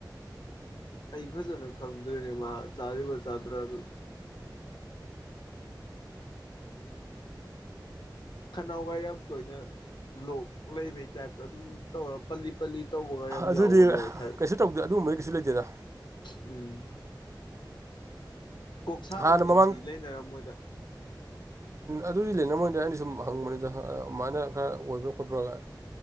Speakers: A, on the left; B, on the right.
A: ꯑꯩ ꯐꯖꯅ ꯈꯪꯗ꯭ꯔꯦꯅꯦ ꯃꯥ ꯆꯥꯔꯤꯕ ꯆꯥꯗ꯭ꯔꯥ ꯑꯗꯨ ꯈꯅꯥꯎꯒ ꯌꯥꯝ ꯇꯣꯏꯅ ꯂꯣꯛ ꯂꯩꯕꯩ ꯇꯥꯏꯞꯇ ꯑꯗꯨꯝ ꯇꯧꯔ ꯄꯜꯂꯤ ꯄꯜꯂꯤ ꯇꯧꯕꯒ ꯌꯥꯝ
B: ꯑꯗꯨꯗꯤ
A: ꯌꯥꯎꯕꯅꯦꯕ ꯊꯥꯏꯔꯣꯏꯗ
B: ꯀꯩꯁꯨ ꯇꯧꯗꯦ ꯑꯗꯨꯒꯨꯝꯕꯩ ꯀꯩꯁꯨ ꯂꯩꯇꯦꯗ
A: ꯎꯝ ꯀꯣꯛ ꯁꯥꯕꯗꯨꯗꯤ
B: ꯍꯥꯟꯅ ꯃꯃꯥꯡ
A: ꯃꯔꯤ ꯂꯩꯅꯔꯝꯃꯣꯏꯗ
B: ꯑꯗꯨꯗꯤ ꯂꯩꯅꯔꯝꯣꯏꯗ ꯑꯩꯅ ꯁꯨꯝ ꯍꯪꯕꯅꯤꯗ ꯑꯗꯨꯃꯥꯏꯅ ꯈꯔ ꯑꯣꯏꯕ꯭ꯔꯥ ꯈꯣꯠꯄ꯭ꯔꯥꯒ